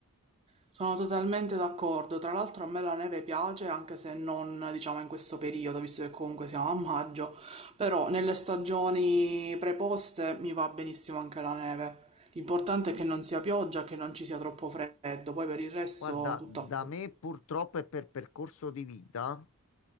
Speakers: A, on the right; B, on the left.
A: Sono totalmente d'accordo, tra l'altro a me la neve piace anche se non diciamo in questo periodo, visto che comunque siamo a maggio, però nelle stagioni preposte mi va benissimo anche la neve. L'importante è che non sia pioggia, che non ci sia troppo freddo, poi per il resto
B: Guarda,
A: tutto
B: da
A: a posto.
B: me purtroppo e per percorso di vita,